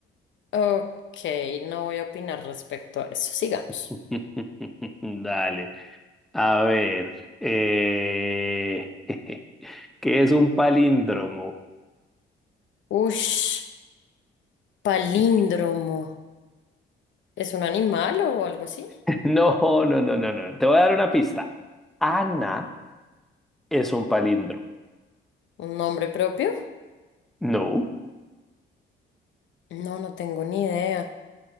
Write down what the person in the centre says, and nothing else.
<laughs> Dale. A ver, eh, <laughs> ¿qué es un palíndromo?
<laughs>
No, no, no, no, no. Te voy a dar una pista. Ana es un palíndromo.
No,